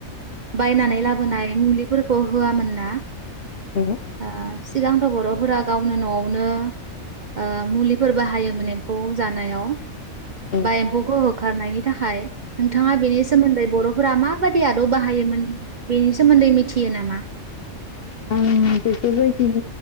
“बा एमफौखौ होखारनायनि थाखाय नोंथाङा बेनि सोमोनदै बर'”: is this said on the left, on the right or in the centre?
Right